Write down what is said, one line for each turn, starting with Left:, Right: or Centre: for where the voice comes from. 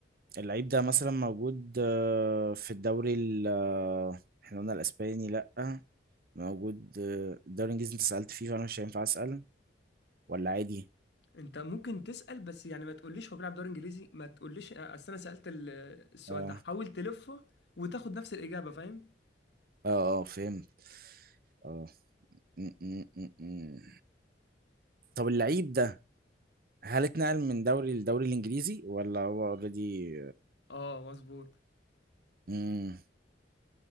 Right: اللعيب ده مثلا موجود آه، في الدوري ال آه، احنا قلنا الاسباني لا موجود آه، الدوري الانجليزي انت سألت فيه فانا مش هينفع اسأل ولا عادي
Left: أنت ممكن تسأل بس يعني ما تقوليش هو بيلعب دوري إنجليزي ما تقوليش آه، أصل أنا سألت ال- السؤال
Right: اه
Left: ده حاول تلفه وتاخد نفس الإجابة فاهم
Right: اه اه فهمت اه م- م- م- م. طب اللعيب ده هل اتنقل من دوري للدوري الانجليزي ولا هو اوريدي
Left: أه مظبوط
Right: امم